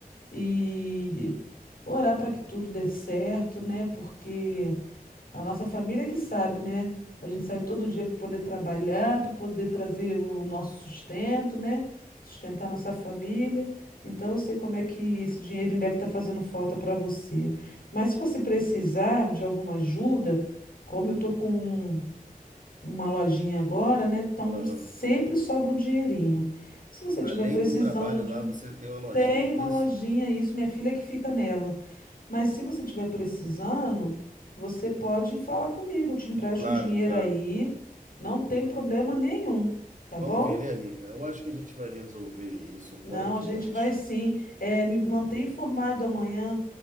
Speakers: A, on the left; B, on the right.
A: e orar para que tudo dê certo, né? Porque A nossa família que sabe, né? A gente sai todo dia para poder trabalhar, para poder trazer o nosso sustento, né? Sustentar nossa família. Então, eu sei como é que esse dinheirinho deve estar fazendo falta para você. Mas se você precisar de alguma ajuda, como eu tô com uma lojinha agora, né? Então,
B: Aham.
A: sempre sobra um dinheirinho. Se você
B: Além
A: estiver precisando
B: do trabalho
A: de
B: lá, você tem uma lojinha,
A: tem
B: é
A: uma
B: isso?
A: lojinha, isso, minha filha que fica nela. Mas se você estiver precisando, você pode falar comigo, eu te empresto
B: Claro,
A: um dinheiro
B: claro.
A: aí, não tem problema nenhum, tá
B: Vamos
A: bom?
B: ver, né, amiga? Eu acho que a gente vai resolver isso o
A: Não,
B: quanto
A: a gente
B: antes.
A: vai sim. É, me mantém informado amanhã,